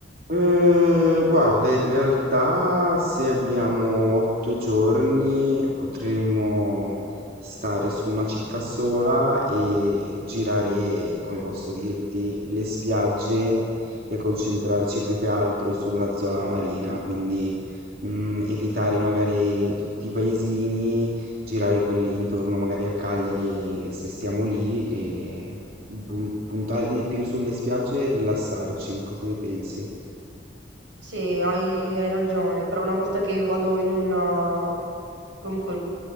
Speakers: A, on the right; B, on the right.
A: Uhm, guarda, in realtà se abbiamo 8 giorni potremmo stare su una città sola e girare, come posso dirti, le spiagge e concentrarci più che altro sulla zona marina, quindi, mhmm, evitare magari tutti i paesini, girare quelli intorno magari a Cagliari se stiamo lì e pun puntare di più sulle spiagge e rilassarci. Cosa ne pensi?
B: Sì, hai, hai ragione, però una volta che io vado in una... comunque